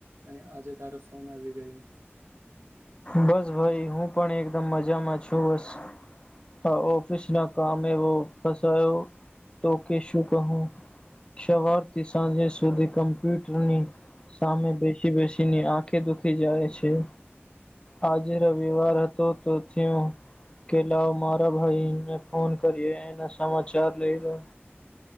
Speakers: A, on the right; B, on the left.
A: અને આજે તારો ફોન આવી ગયો.
B: બસ ભાઈ. હું પણ એકદમ મજામાં છું બસ. હ ઓફિસ ના કામવો ફસો, તો કે શું કહું. સવારથી સાંજે સુધી કમ્પ્યુટરની સામે બેસી બેસીની આંખે દુખી જાય છે. આજે રવિવાર હતો તો થયો. કે લાવ મારા ભાઈને ફોન કરીએ. એના સમાચાર લઈ લો.